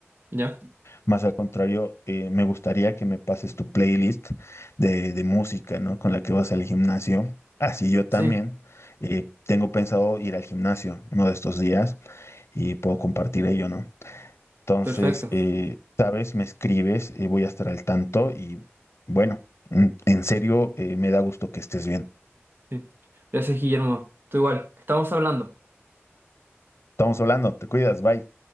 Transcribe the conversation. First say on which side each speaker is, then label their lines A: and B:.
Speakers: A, on the right; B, on the left.
A: ya,
B: Más al contrario, eh, me gustaría que me pases tu playlist de, de música, ¿no? Con la que vas al gimnasio. Así yo
A: sí,
B: también eh, tengo pensado ir al gimnasio uno de estos días y puedo compartir ello, ¿no? Entonces,
A: perfecto.
B: eh, sabes, me escribes, eh, voy a estar al tanto y bueno, en en serio, eh, me da gusto que estés bien.
A: Sí. Gracias, Guillermo. Tú igual. Estamos hablando.
B: Estamos hablando, te cuidas, bye.